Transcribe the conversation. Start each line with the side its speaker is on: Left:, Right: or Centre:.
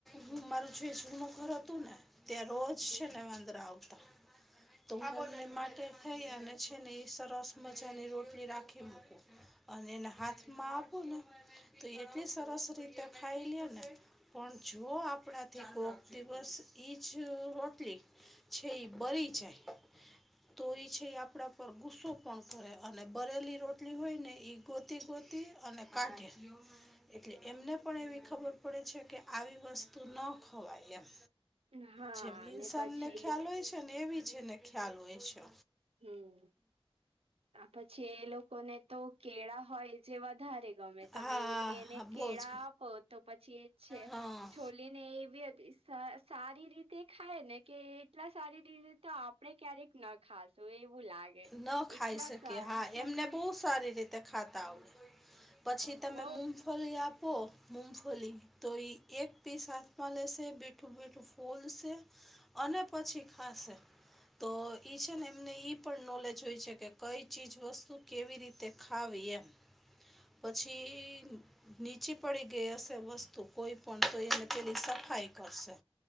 Centre: હું મારું છું એ સુંનું ઘર હતું ને. તે્યા રોજ
Right: હમ
Centre: શને વંદ રા આવતા. તો માટે થઈ અને છે ને એ સરસ મજાની રોટલી રાખી મક. અને એને હાથમાં આપું ને તો એટલી સરસ રીતે ખાઈ લે ને. પણ જો આપણાથી કોક દિવસ ઈજ રટલી. છે એ બરી જાય તો એ છે આપ. કડા પર ગુસ્સો પણ કરે અને બરેલી રોટલી હોય ને એ ગોતી ગોતી અને કાઢે. એટલે એમને પણ એવી ખબર પડે છે કે આવી વસ્તુ ન ખવાય એમ.
Right: હમ હા
Centre: જેમ ઇન્સાન
Right: પછી
Centre: ને ખ્યાલ હોય છે ને એવી જેને ખ્યાલ હોય છે.
Right: હમ. આ પછી એ લોકોને તો કેળા હોય જે વધારે. ગમે તમે
Centre: હા
Right: એને
Centre: હા બહુ
Right: કેળા
Centre: જ
Right: આપો તો પછી એ છે.
Centre: હા
Right: લીને એવી સારી રીતે ખાય ને કે એટલા સારી રતે. તો આપડે ક્યારેક ન ખાશું એવું લાગે.
Centre: ન ખાઈ
Right: એટલા
Centre: શકે
Right: સારા
Centre: હા એમને બહુ સારી રીતે. તે ખાતા આવડે પછી તમે
Right: બઉ
Centre: મૂગફલી આપો મૂગફલી તો એ. એક પીસથ. લેશે મીઠું મીઠું બોલશે અને પછી ખાશે. તો એ છે ને એમને. પણ નોલેજ હોય છે કે કઈ ચીજ વસ્તુ કેવી રીતે ખાવી એમ. પછી. નીચે પડી ગઈ હશે વસ્તુ કોઈ પણ તો એને પેલી સફાઈ કરશે.